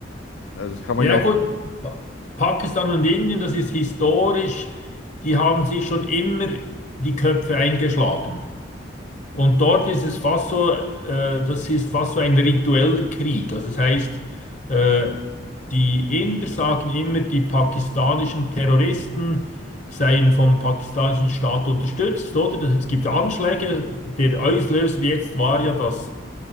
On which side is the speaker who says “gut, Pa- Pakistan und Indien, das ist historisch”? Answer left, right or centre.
Left